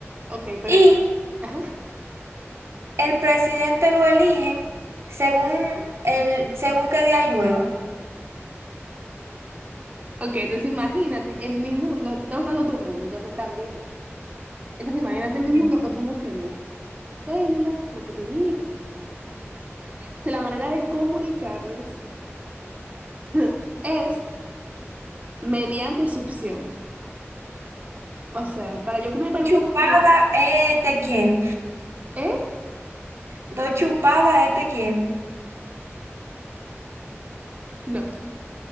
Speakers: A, on the right; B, on the right.
A: Ok, pero...
B: Y
A: ajá.
B: el presidente lo eligen según, el, según qué día llueva.
A: Ok, entonces imagínate, en mi mundo, tú estás usando tu mundo, te voy a contar mi mundo. Entonces, imagínate
B: Ok.
A: en mi mundo que somos células, células muy pequeñitas. Entonces, la manera de comunicarnos <laughs> es mediante succión. O sea, para yo comunicarme
B: Dos
A: contigo,
B: chupadas,
A: yo te...
B: eh, te quiero.
A: ¿Eh?
B: Dos chupadas, eh, te quiero.
A: No.